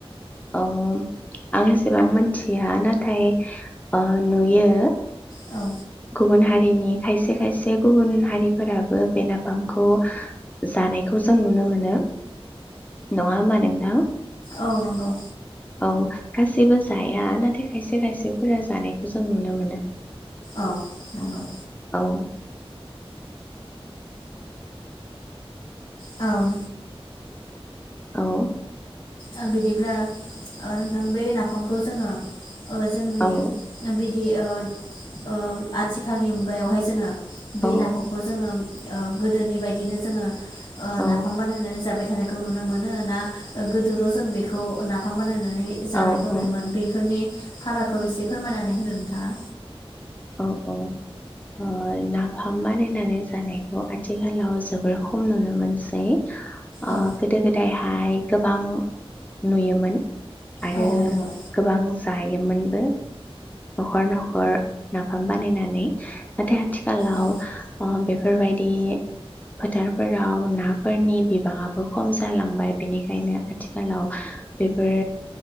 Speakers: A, on the left (about 15°); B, on the left (about 55°).
A: औ आं एसेबां मोनथिया नाथाय ओह नुयो।
B: औ।
A: गुबुन हारिनि खायसे खायसे गुबुन हारिफोराबो बे नाफामखौ जानायखौजों नुनोमोनो। नङाहोमबा नोंथां।
B: औ नंगौ
A: औ गासैबो जाया नाथाय खायसे खायसेफोरा जानायखौ जों नुनो मोनो
B: औ नंगौ
A: औ
B: औ
A: औ
B: ओ बिदिब्ला ओ नोंथां बे नाफामखौ जोङो ओ जोंनि
A: औ
B: बिदि बिदि ओ ओ आथिखालनि मुगायावहाय जोङो बे
A: औ
B: नाफामखौ जोङो ओ गोदोनि बायदिनो जोङो ओ
A: औ
B: नाफाम बानायनानै जाबाय थानायखौ नुनो मोनो ना गो दोल' जों बेखौ नाफाम बानायनानै नै जानायखौ
A: औ
B: नुयोमोन बेफोरनि फारागखौ एसे फोरमायनानै होदो नोंथाङा
A: औ औ ओ नाफाम बानायनानै जानायखौ आथिखालाव जोबोर खम नुनो मोनसै अ
B: औ
A: गोदो गोदाय हाय गोबां नुयोमोन आरो
B: औ नंगौ
A: गोबां जायोमोनबो न'खर न'खर नाफाम बानायनानै नाथाय आथि खालाव
B: औ
A: ओ बे बेफोरबायदि फोथारफोराव नाफोरनि बिबाङाबो खम जालांबाय बेनिखायनो आथिखालाव बेफोर